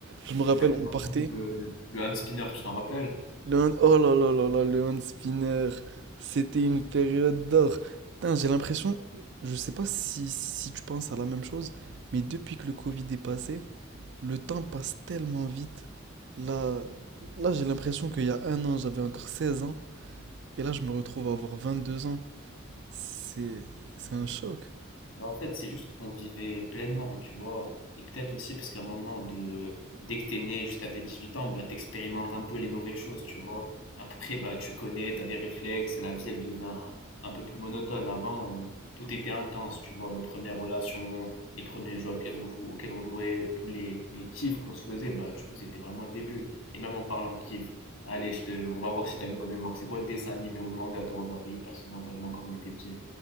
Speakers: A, on the right; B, on the left.
A: Je me rappelle,
B: Exactement.
A: on partait,
B: Le, le hand spinner, tu t'en rappelles?
A: Le hand, oh là là là là, le hand spinner, c'était une période d'or. Putain, j'ai l'impression, je sais pas si, si tu penses à la même chose, mais depuis que le Covid est passé, le temps passe tellement vite. Là, là j'ai l'impression qu'il y a un an, j'avais encore 16 ans, et là, je me retrouve à avoir 22 ans. C'est, c'est un choc.
B: Bah, en fait, c'est juste qu'on vivait pleinement, tu vois. Et peut-être aussi parce qu'à un moment de dès que t'es né jusqu'à tes 18 ans, bah t'expérimentes un peu les nouvelles choses, tu vois. Après, bah tu connais, t'as des réflexes, la vie elle devient un peu plus monotone. Avant, on- tout était intense, tu vois, nos premières relations, les premiers jeux auxquels on joue auxquels on jouait, tous les, tous les kiffs qu'on se faisait, bah du coup c'était vraiment le début. Et même en parlant de kiff, allez, je te... on va voir si t'as une bonne mémoire. C'est quoi le dessin animé ou le manga qu'on regardait hyper souvent toi et moi quand on était petit?